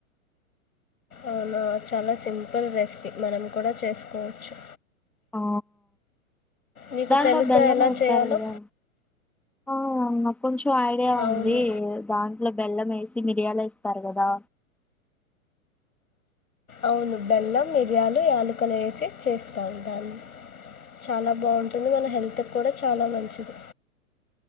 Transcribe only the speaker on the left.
అవునా చాలా సింపుల్ రెసిపీ మనం కూడా చేసుకోవచ్చు
నీకు
తెలుసా
ఎలా
చేయాలో
అవును
అవును బెల్లం మిరియాలు యాలకలు వేసి చేస్తావు దాన్ని చాలా బాగుంటుంది మన హెల్త్ కూడా చాలా మంచిది